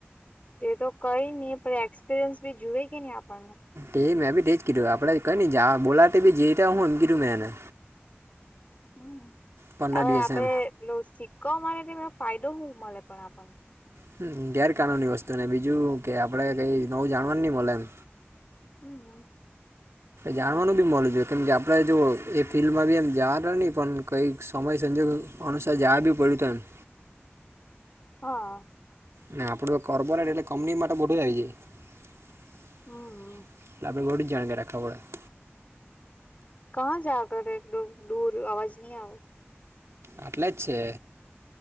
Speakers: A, on the left; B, on the right.
A: તે તો કઈ નહી પણ એક્સપિરિયન્સ ભી જુએ કે નહી આપણને?
B: તે મેં ભી એજ કીધું આપડે કઈ નઈ બોલાવે તો જઈ જ આવાનું એમ કીધું મેં એને
A: હમ
B: પંદર
A: હવે
B: દિવસ
A: આપડે
B: એમ
A: સિક્કો મારે લો તો ફાયદો હું મળે આપણને?
B: હ ગેરકાનૂની વસ્તુને બીજું કે આપડે કઈ નવું જાણવાનું નહી મલે એમ
A: હમ
B: જાણવાનું બી મળું જોઈ કેમ કે આપણે જો એ ફિલ્ડમાં બી એમ જવાના નહીં પણ કંઈક સમય સંજોગો અનસાર જયા પડ્યું તન
A: હા
B: ના આપડું કો્બોરેટ એટલે કંપની માટે બધું જ આવી જાય એટ
A: હમ
B: આપડે બધી જાણકારી રાખવી પડે
A: કં જા કર એકદમ દૂર આવાજ ન આયો
B: આટલે જ છે